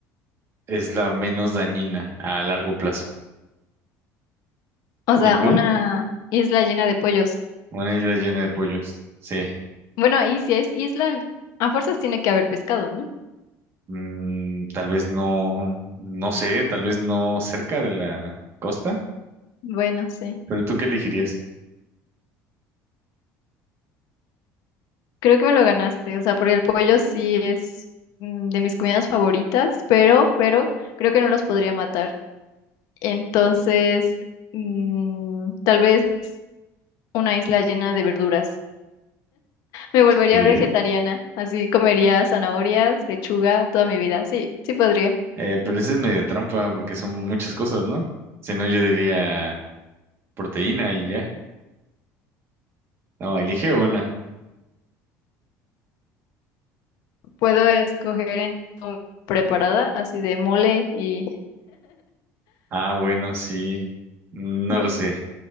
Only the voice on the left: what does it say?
O sea,
una isla llena de pollos.
Bueno, y si es isla, a fuerzas tiene que haber pescado, ¿no?
Bueno, sí.
Creo que me lo ganaste. O sea, porque el pollo sí es mm, de mis comidas favoritas, pero, pero creo que no los podría matar. Entonces, mm, tal vez una isla llena de verduras. Me volvería
vegetariana, así comería zanahorias, lechuga toda mi vida. Sí, sí podría.
Puedo escoger en o preparada, así de mole y...
bu-